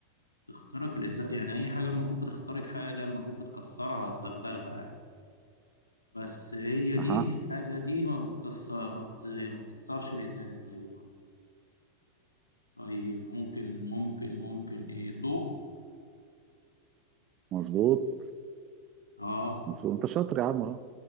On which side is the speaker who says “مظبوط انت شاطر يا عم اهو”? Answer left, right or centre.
Right